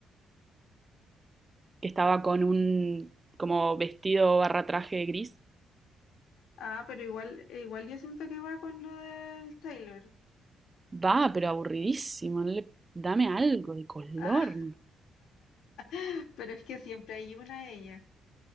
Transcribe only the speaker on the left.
Ah, pero igual, igual yo siento que va con lo del Taylor.
Ah, <laughs> pero es que siempre hay una ella.